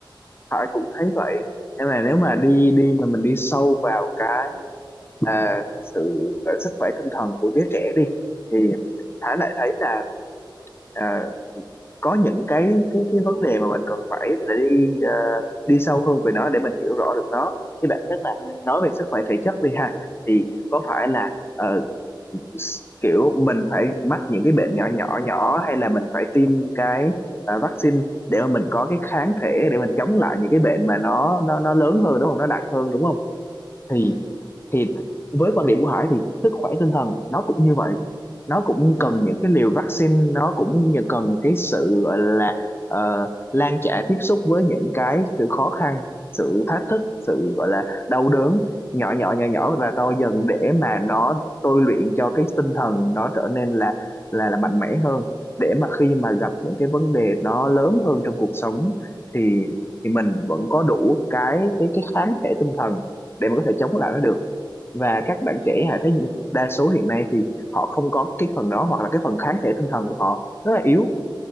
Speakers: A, on the left; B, on the left.
A: Hải cũng thấy vậy. Em là nếu mà đi đi mà mình đi sâu vào cái à, sự à, sức khỏe tinh thần của đứa trẻ đi thì Thái lại thấy là à, có những cái cái cái vấn đề mà mình cần phải để đi à, đi sâu hơn về nó để mình hiểu rõ được nó thì bản chất là
B: Ừ.
A: nói về sức khỏe thể chất đi ha thì có
B: ừ
A: phải là ờ, s- kiểu mình phải mắc những cái bệnh nhỏ nhỏ nhỏ hay là mình phải tiêm cái à, vaccine để mà mình có cái kháng thể để mình chống lại những cái bệnh mà nó nó nó lớn hơn đúng không nó nặng hơn đúng không
B: ừ
A: thì thì với quan điểm của Hải thì sức khỏe tinh thần nó cũng như vậy nó cũng
B: ừ
A: cần những cái liều vaccine nó cũng như cần cái sự gọi là ờ, lan trả tiếp xúc với những cái sự khó khăn sự thách thức sự gọi là đau đớn nhỏ nhỏ nhỏ nhỏ và to dần để mà nó tôi luyện cho cái tinh thần nó trở nên là là là mạnh mẽ hơn để mà khi mà gặp những cái vấn đề nó lớn hơn trong cuộc sống thì thì mình vẫn có đủ cái cái cái kháng thể tinh thần để mà có thể chống lại nó được và các bạn
B: ừ
A: trẻ hãy thấy đa số hiện nay thì họ không có cái phần đó hoặc là cái phần kháng thể tinh thần của họ rất là yếu